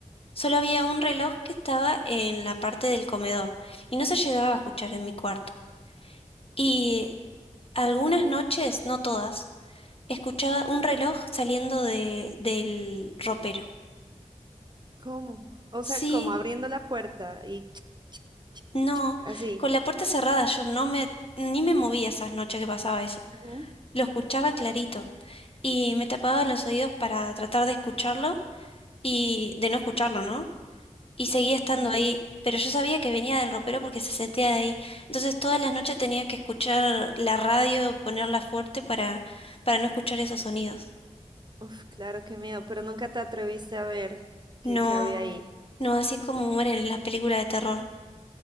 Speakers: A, on the left; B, on the right.
A: Solo había un reloj que estaba en la parte del comedor y no se llegaba a escuchar en mi cuarto. Y algunas noches, no todas, escuchaba un reloj saliendo de, del ropero.
B: ¿Cómo? O
A: Sí,
B: sea, como abriendo la puerta y ch- ch-
A: No,
B: ch- así.
A: con la puerta cerrada yo no me, ni me movía esas noches que pasaba eso.
B: Ujú,
A: Lo escuchaba clarito y me tapaba los oídos para tratar de escucharlo y de no escucharlo, ¿no? Y seguía estando
B: Ok.
A: ahí, pero yo sabía que venía del ropero porque se sentía de ahí. Entonces todas las noches tenía que escuchar la radio, ponerla fuerte para, para no escuchar esos sonidos.
B: Uf, claro, qué miedo, pero nunca te atreviste a ver qué,
A: No,
B: qué había ahí. <laughs>
A: no, así es como mueren en las películas de terror.